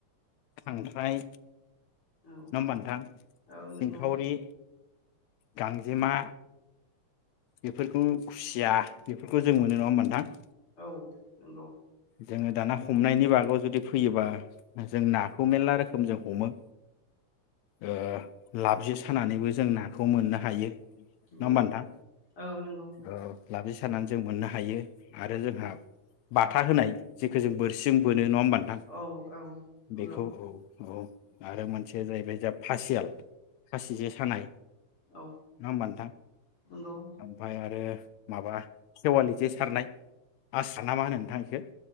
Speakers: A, on the left (about 80°); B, on the left (about 40°).
A: खांख्राइ।
B: औ
A: नङा होमबा नोंथां
B: औ नंगौ
A: सिंखावरि। गांजेमा बेफोरखौ खुसिया बेफोरखौ जों मोनो नङा नोंथां।
B: औ नंगौ।
A: जोङो दाना हमनायनि बागाव जुदि फैयोबा जों नाखौ मेलला रोखोम जों हमो ओ लाबजे सानानैबो जों नाखौ मोननो हायो। नङा
B: नंगौ
A: होमबा नोंथां
B: औ नंगौ।
A: ओ लाबजे सानानै जों मोननो हायो आरो जोंहा। बाथा होनाय जेखौ जों बोरसिं जों बो नो नङा होमबा नोंथां
B: औ औ नंगौ
A: बेखौ औ औ। आरो मोनसेया जाहैबाय जा फासियाल फासि जे सानाय
B: औ
A: नङा होमबा नोंथां
B: नंगौ
A: ओमफ्राय आरो। माबा सेवालि जे सारनाय आस्रा नामा होनो नोंथां एखो।